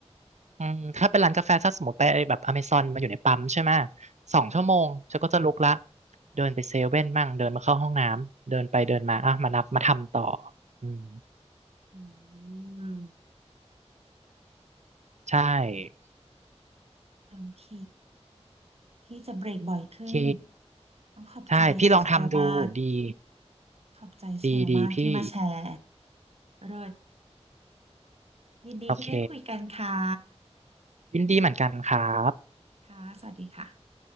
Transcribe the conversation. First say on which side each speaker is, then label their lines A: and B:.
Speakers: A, on the right; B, on the right.
A: อืมถ้าเป็นร้านกาแฟถ้าสมมติไปแบบอเมซอนมาอยู่ในปั๊มใช่ไหมสองชั่วโมงเชลก็จะลุกละ
B: ค่ะ
A: เดินไปเซเว่นมั่งเดินมาเข้าห้องน้ำเดินไปเดินมาอ่ะมานับมาทำต่ออืม
B: อืม
A: ใช่
B: โอเคพี่จะเบรกบ่อยขึ้น
A: โอเค
B: ต้องขอบใจเชลมาก
A: ใช่พี่ลองทำดูดี
B: ขอบใจเชลมากที่มาแชร์
A: ดีดีพี่
B: เลิศยินดีที่ได้คุยกันค่ะ
A: โอเคยินดีเหมือนกันครับ
B: ค่ะสวัสดีค่ะ